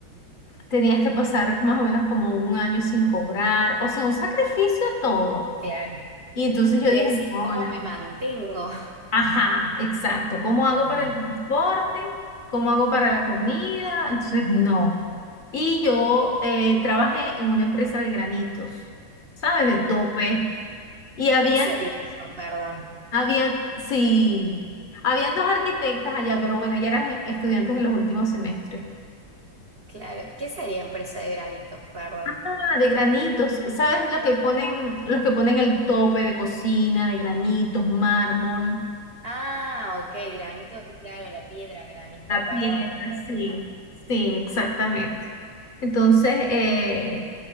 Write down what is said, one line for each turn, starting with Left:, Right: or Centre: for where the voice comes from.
Left: tenías que pasar más o menos como un año sin cobrar, o sea, un sacrificio todo.
Right: Claro.
Left: Y entonces yo
Right: Y
Left: dije,
Right: decís,
Left: no,
Right: ¿cómo
Left: no.
Right: me mantengo?
Left: Ajá, exacto. ¿Cómo hago
Right: <laughs>
Left: para el transporte? ¿Cómo hago para la comida? Entonces, no. Y yo eh, trabajé en una empresa de granitos, ¿sabes? De tope. Y habían,
Right: ¿Qué sería eso? Perdón.
Left: habían, sí, habían dos arquitectas allá, pero bueno, ya eran estudiantes de los últimos semestres.
Right: Claro. ¿Qué sería empresa de granitos? Perdón.
Left: Ah, de granitos, ¿sabes lo que ponen, los que ponen el tope de cocina, de granitos, mármol?
Right: Ah, ok, granito, claro, la piedra granito,
Left: La
Right: perdón,
Left: piel,
Right: no entendía.
Left: sí, sí, exactamente. Entonces, eh,